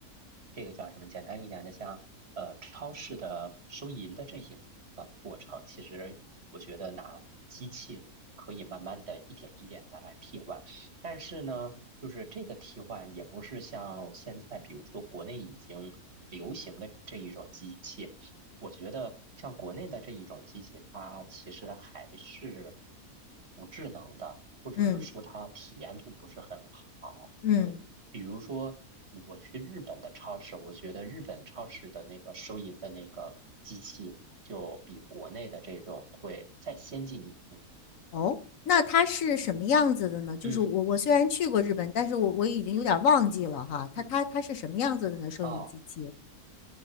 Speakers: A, on the right (about 45°); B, on the left (about 65°).
A: 这个叫什么？简单一点的，像呃超市的收银的这一个过程，其实我觉得拿机器可以慢慢的一点一点的来替换，但是呢，就是这个替换也不是像现在，比如说国内已经流行的这一种机器，我觉得像国内的这一种机器，它其实还是不智能的，或者是说它体验度不是很好。
B: 嗯嗯，
A: 对。比如说，我去日本的超市，我觉得日本超市的那个收银的那个机器，就比国内的这种会再先进一步。
B: 哦，那它是什么样子的呢？就是我我虽然去过日本，
A: 嗯
B: 但是我我已经有点忘记了哈，它它它是什么样子的呢？
A: 嗯，
B: 收音机器，
A: 哦